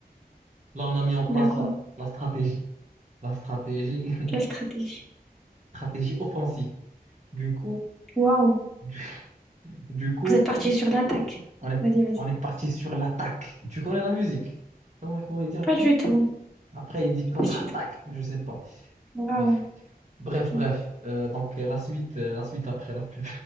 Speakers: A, on the right; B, in the centre.
A: là, on a mis en place
B: D'accord.
A: la, la stratégie, la stratégie,
B: Quelle stratégie?
A: <laughs> stratégie offensive. Du coup,
B: Waouh.
A: du, du coup,
B: Vous êtes parti sur l'attaque.
A: on est,
B: Vas-y, vas-y.
A: on est parti sur l'attaque. Tu connais la musique? Comment, comment il dit après?
B: Pas du tout.
A: Après, il dit contre-attaque,
B: Pas du tout.
A: je sais pas.
B: Waouh.
A: Bref, bref,
B: Ok.
A: bref. Euh, donc, euh, la suite, euh, la suite après la pub.